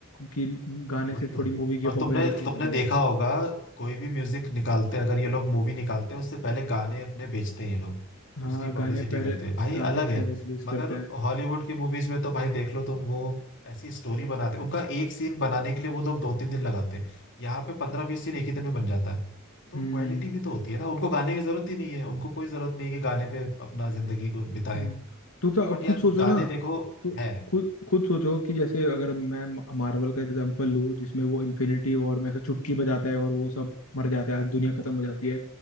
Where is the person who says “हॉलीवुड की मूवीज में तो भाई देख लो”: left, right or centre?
Left